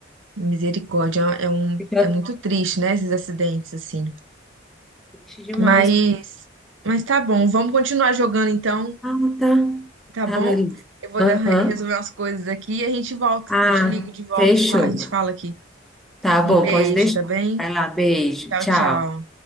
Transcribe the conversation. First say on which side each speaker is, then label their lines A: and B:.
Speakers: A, on the right (about 75°); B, in the centre.
A: Misericórdia, é é um,
B: misericórdia.
A: é muito triste, né? Esses acidentes assim.
B: Triste demais.
A: Mas, mas tá bom, vamos continuar jogando então,
B: Ah, tá.
A: tá
B: Tá,
A: bom?
B: beleza.
A: Eu vou
B: Aham.
A: dar- resolver umas coisas aqui e a gente volta.
B: Ah,
A: Eu te ligo de volta,
B: fechou.
A: e fa- a gente fala aqui.
B: Tá bom,
A: Um beijo,
B: pode deixar.
A: tá bem?
B: Vai lá, beijo.
A: Tchau,
B: Tchau.
A: tchau.